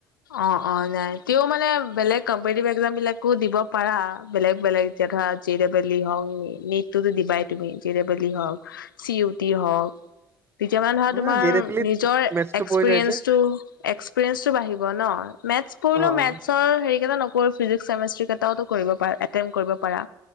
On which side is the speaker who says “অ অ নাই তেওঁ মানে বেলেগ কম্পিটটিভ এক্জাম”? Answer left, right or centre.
Left